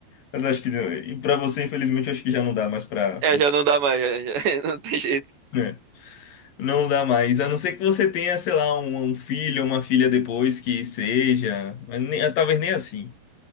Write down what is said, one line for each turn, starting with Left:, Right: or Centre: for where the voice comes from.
Left: mas acho que não, e para você, infelizmente, eu acho que já não dá mais pra.
Right: É, já não dá mais, já, já- <laughs> não tem jeito.
Left: né, Não dá mais, a não ser que você tenha, sei lá, um, um filho, uma filha depois que seja, mas nem- é, talvez nem assim.